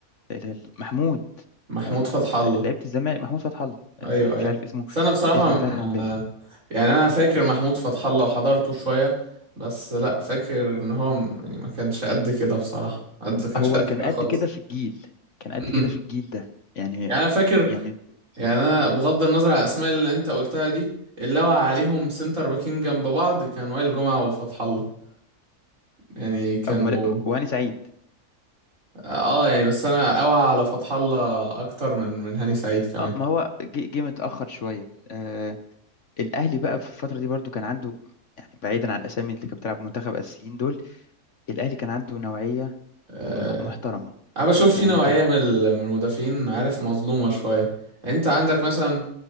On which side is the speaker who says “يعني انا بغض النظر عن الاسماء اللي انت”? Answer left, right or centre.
Right